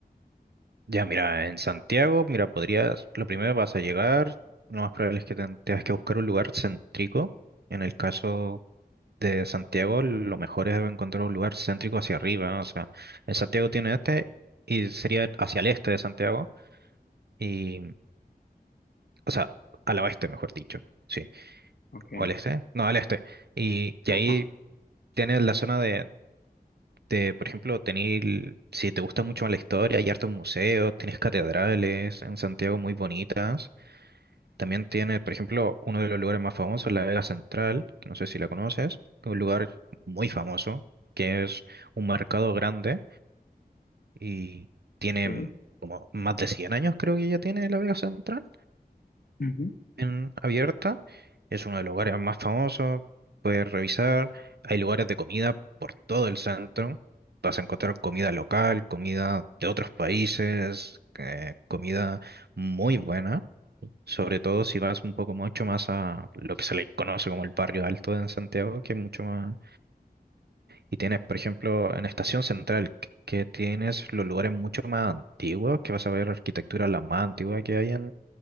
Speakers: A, on the right; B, on the left.
A: ya mira, en Santiago, mira, podrías, lo primero vas a llegar, lo más probable es que ten- tengas que buscar un lugar céntrico. En el caso de Santiago, lo mejor es encontrar un lugar céntrico hacia arriba. O sea, en Santiago tiene este y sería hacia el este de Santiago. Y, o sea, al oeste, mejor dicho. Sí.
B: ¿ok?
A: O al este. No, al este. Y, y
B: Ajá,
A: ahí tienes la zona de Te- por ejemplo, tener si te gusta mucho la historia, hay hartos museos, tienes catedrales en Santiago muy bonitas. También tiene, por ejemplo, uno de los lugares más famosos, la Vega Central, que no sé si la conoces, que es un lugar muy famoso, que es un mercado grande y tiene
B: Ok.
A: mm, como más de 100 años, creo que ya tiene la Vega Central
B: Ujú,
A: en- abierta. Es uno de los lugares más famosos. Puedes revisar. Hay lugares de comida por todo el centro. Vas a encontrar comida local, comida de otros países, eh, comida muy buena. Sobre todo si vas un poco mucho más a lo que se le conoce como el barrio alto en Santiago, que es mucho más... Y tienes, por ejemplo, en Estación Central, que que tienes los lugares mucho más antiguos, que vas a ver arquitectura la más antigua que hay